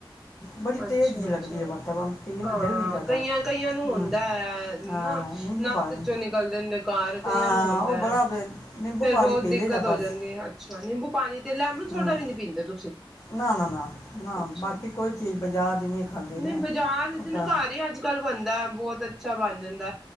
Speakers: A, on the left; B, in the centre.
A: ਬੜੀ
B: ਅੱਛਾ
A: ਤੇਜ਼ ਜੀ ਲੱਗਦੀ
B: ਅੱਛਾ
A: ਹੈ ਵਾਤਾਵਰਨ ਪੀਣ
B: ਹਾਂ
A: ਦਾ ਦਿਲ ਨਹੀਂ ਕਰਦਾ
B: ਕਈਆਂ ਕਈਆਂ ਨੂੰ
A: ਹੂੰ
B: ਹੁੰਦਾ ਹੈ। ਨਾ
A: ਹਾਂ ਨਿੰਬੂ
B: ਨੱਕ
A: ਪਾਣੀ
B: ਚੋਂ ਨਿਕਲਦੇ ਨੇ ਡਕਾਰ
A: ਹਾਂ
B: ਕਈਆਂ ਨੂੰ ਹੁੰਦਾ
A: ਉਹ ਬੜਾ
B: ਹੈ
A: ਬ- ਨਿੰਬੂ
B: ਫੇਿਰ
A: ਪਾਣੀ
B: ਬਹੁਤ
A: ਪੀ
B: ਦਿੱਕਤ
A: ਲਈਦਾ ਬਸ
B: ਹੋ ਜਾਂਦੀ ਹੈ। ਅੱਛਾ ਨਿੰਬੂ ਪਾਣੀ ਤੇ ਲੈਮਨ ਸੋਡਾ
A: ਹੂੰ
B: ਵੀ ਨਹੀਂ ਪੀਂਦੇ ਤੁਸੀਂ
A: ਨਾ ਨਾ
B: ਅੱਛਾ।
A: ਬਾਕੀ ਕੋਈ ਚੀਜ਼ ਬਾਜਾਰ ਦੀ ਨਹੀਂ ਖਾਂਦੀ
B: ਨਹੀਂ
A: ਮੈਂ
B: ਬਾਜ਼ਾਰ ਦੀ
A: ਉਹ
B: ਨੀ,
A: ਤਾਂ
B: ਘਰ ਹੀ ਅੱਜ ਕੱਲ੍ਹ ਬੰਨਦਾ ਬਹੁਤ ਅੱਛਾ ਬਣ ਜਾਂਦਾ